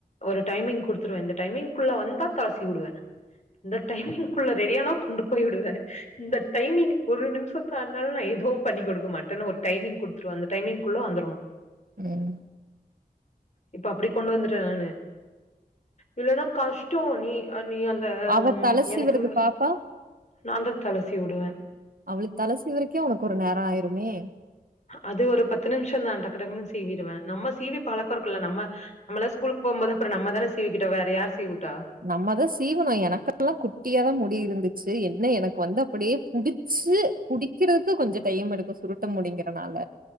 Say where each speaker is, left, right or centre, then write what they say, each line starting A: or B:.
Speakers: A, on the left; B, on the right.
A: ஒரு டைமிங் குடுத்துருவ இந்த டைமிங்க்குள்ள வந்தா தல சீவி உடுவே இந்த டைமிங்குள்ள ரெடியானா கொண்டு போய்விடுவ இந்த டைமிங் ஒரு நிமிஷோ ஆனாலு நா எதுவு பண்ணி குடுக்க மாட்டன் ஒரு டைமிங் குடுத்துருவ அந்த டைமிங்குள்ள வந்துரணு
B: ம்
A: இப்ப அப்டி கொண்டு வந்துட்ட நானு இல்லன்னா கஷ்டோ நீ நீ வந் இந்த
B: அவ தல சீவுறது
A: எனக்கு
B: பாப்பா,
A: நாந்தா தல சீவி உடுவ
B: அவளுக்கு தலசீவருக்கே உனக்கு ஒரு நேரோ ஆய்ருமே
A: அது ஒரு பத்து நிமிஷந் தா டக்கு டக்குன்னு சீவிடுவ நம்ம சீவி பழக்கோ இருக்குல்ல நம்ம நம்மளா ஸ்கூல் போம்போது அப்புறோ நம்மதான சீவிகிட்டோ வேறயாரு சீவுட்டா
B: நம்மதா சீவனோ எனக்கல்லா குட்டியாதா முடி இருந்துச்சி என்ன எனக்கு வந்து அப்படியே புடிச் ச்சி புடிக்கிறக்கு கொஞ்சோ டைம் எடுக்கு சுருட்ட முடிங்குறனால